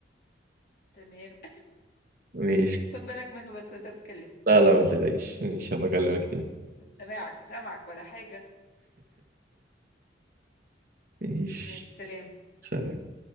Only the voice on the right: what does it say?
ماشي
لا لا ما تقلقيش ماشي هبقى اكلمك تاني
<laughs> ماشي
سلام